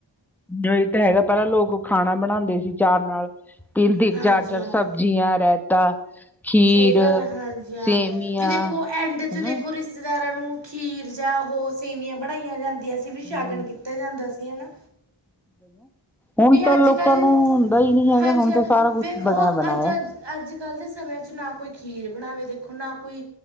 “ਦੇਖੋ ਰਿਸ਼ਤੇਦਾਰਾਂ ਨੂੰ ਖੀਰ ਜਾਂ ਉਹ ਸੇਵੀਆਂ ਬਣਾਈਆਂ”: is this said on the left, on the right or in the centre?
Right